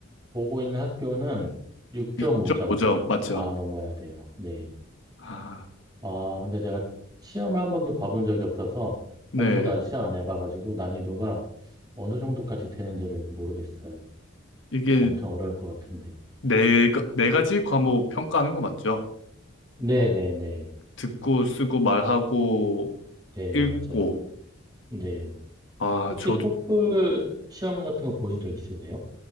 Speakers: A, on the right (about 20°); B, on the left (about 65°).
A: 보고 있는 학교는 6.5점
B: 6.5점, 맞죠?
A: 다 넘어야 돼요. 네.
B: 아,
A: 아, 근데 제가 시험을 한 번도 봐본 적이 없어서
B: 네.
A: 공부도 아직 시작 안 해봐가지고 난이도가 어느 정도까지 되는지를 모르겠어요.
B: 이게
A: 엄청 어려울 것 같은데.
B: 네, 가- 네 가지 과목 평가하는 거 맞죠?
A: 네네네. 네,
B: 듣고, 쓰고, 말하고,
A: 네.
B: 읽고.
A: 네, 맞아요. 네.
B: 아,
A: 혹시
B: 저,
A: 토플 시험 같은 거 보신 적 있으세요?